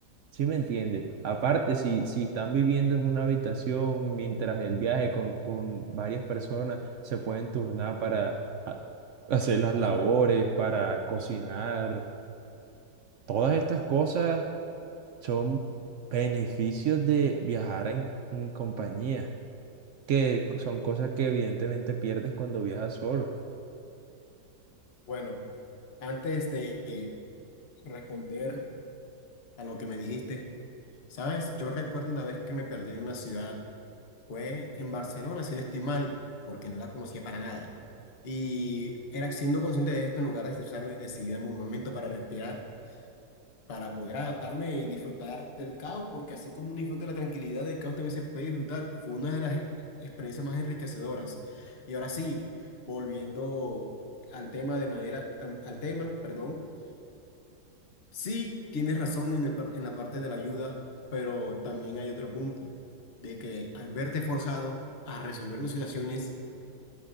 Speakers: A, on the right (about 70°); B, on the left (about 40°).
A: ¿Sí me entiendes? Aparte, si, si están viviendo en una habitación mientras el viaje con, con varias personas, se pueden turnar para a- hacer las labores, para cocinar. Todas estas cosas son beneficios de viajar en en compañía, que son cosas que evidentemente pierdes cuando viajas solo.
B: Bueno, antes de eh, responder a lo que me dijiste, ¿sabes? Yo recuerdo una vez que me perdí en una ciudad Fue en Barcelona, si no estoy mal, porque no la conocía para nada. Y era siendo consciente de esto, en lugar de estresarme, decidí darme un momento para respirar, para poder adaptarme y disfrutar del caos, porque así como uno disfruta de la tranquilidad, del caos también se puede disfrutar. Y fue una de las e- experiencias más enriquecedoras. Y ahora sí, volviendo al tema de manera, am- al tema, perdón. Sí, tienes razón en el par- en la parte de la ayuda, pero también hay otro punto, de que al verte forzado a resolver tus situaciones,